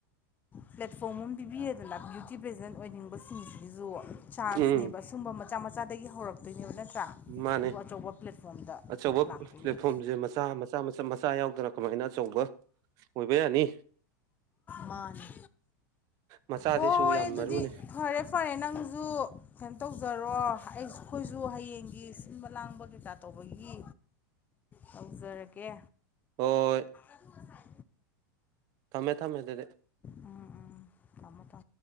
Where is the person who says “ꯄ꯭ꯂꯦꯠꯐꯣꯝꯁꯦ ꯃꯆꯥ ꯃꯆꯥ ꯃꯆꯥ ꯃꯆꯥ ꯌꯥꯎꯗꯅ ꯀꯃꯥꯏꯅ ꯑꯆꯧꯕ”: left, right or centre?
Right